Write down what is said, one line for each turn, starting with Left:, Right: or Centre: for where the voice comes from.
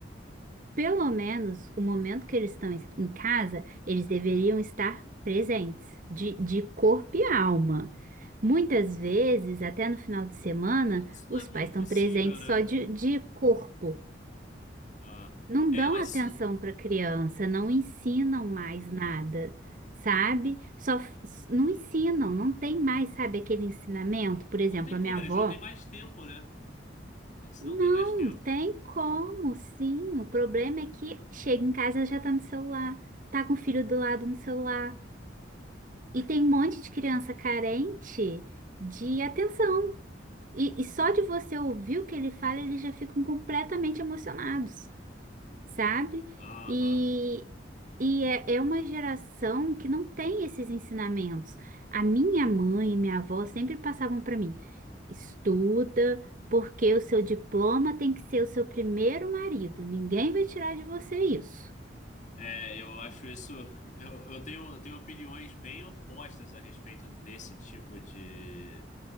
Right: pelo menos o momento que eles estão em em casa, eles deveriam estar presentes, de, de corpo e alma. Muitas vezes, até no final de semana,
Left: É, Isso
Right: os
Left: não é
Right: pais
Left: muito
Right: estão
Left: possível,
Right: presentes
Left: né?
Right: só de, de corpo.
Left: Ah,
Right: não
Left: é,
Right: dão
Left: mas
Right: atenção
Left: isso
Right: para a criança, não ensinam mais nada, sabe? Só f- s- não ensinam, não tem mais, sabe, aquele ensinamento. Por exemplo,
Left: não tem
Right: a
Left: como,
Right: minha avó,
Left: eles não têm mais tempo, né? Eles
Right: não
Left: não têm mais tempo.
Right: tem como, sim. O problema é que chega em casa ela já tá no celular, tá com o filho do lado no celular. E tem um monte de criança carente de atenção. E, e só de você ouvir o que ele fala, eles já ficam completamente emocionados. sabe?
Left: Aham.
Right: E, e é, é uma geração que não tem esses ensinamentos. A minha mãe e minha avó sempre passavam para mim: estuda, porque o seu diploma tem que ser o seu primeiro marido. Ninguém vai tirar de você isso.
Left: É, eu acho isso. <laughs> Eu, eu tenho, eu tenho opiniões bem opostas a respeito desse tipo de